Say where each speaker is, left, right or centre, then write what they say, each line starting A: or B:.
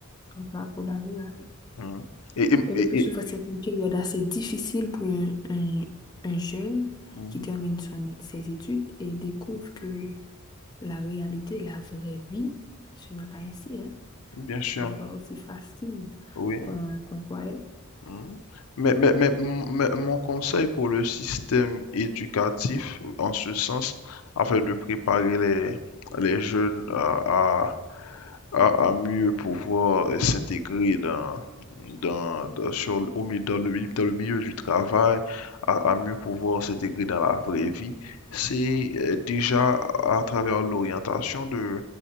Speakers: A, on the left; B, on the left.
A: mais pas pour la vie. hein.
B: Mhm. Et, et-
A: Et
B: et-
A: le plus
B: et-
A: souvent, c'est une période assez difficile pour un, un- un jeune
B: Mhm.
A: qui termine son- ses études et découvre que la réalité, la vraie vie, ce n'est pas ainsi, hein.
B: Bien
A: Ce
B: sûr,
A: n'est pas aussi facile
B: oui.
A: qu'on qu'on croyait.
B: Mhm. Mais, mais, mais, m- mais mon conseil pour le système éducatif, en ce sens, afin de préparer les, les jeunes à, à- à, à mieux pouvoir euh, s'intégrer dans, dans, dans- sur, au milieu, dans le, dans le milieu du travail, à, à mieux pouvoir s'intégrer dans la vraie vie, c'est euh, déjà à travers l'orientation de,